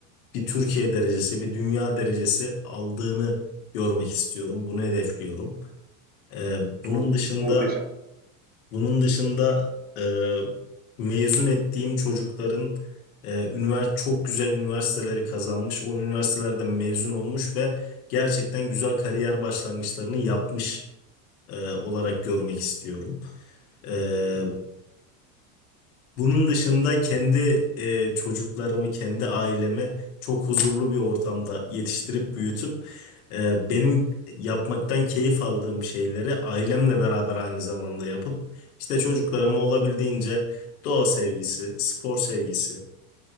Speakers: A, on the left; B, on the right.
A: bir Türkiye derecesi, bir dünya derecesi aldığını görmek istiyorum. Bunu hedefliyorum. Ee, bunun
B: O
A: dışında
B: muhteşem.
A: bunun dışında e, mezun ettiğim çocukların e, ünivers çok güzel üniversiteleri kazanmış, o üniversitelerden mezun olmuş ve gerçekten güzel kariyer başlangıçlarını yapmış e, olarak görmek istiyorum. E,
B: Hı hı.
A: bunun dışında kendi e, çocuklarımı, kendi ailemi çok huzurlu bir ortamda yetiştirip büyütüp e, benim yapmaktan keyif aldığım şeyleri ailemle beraber aynı zamanda yapıp işte çocuklarıma olabildiğince doğa sevgisi, spor sevgisi,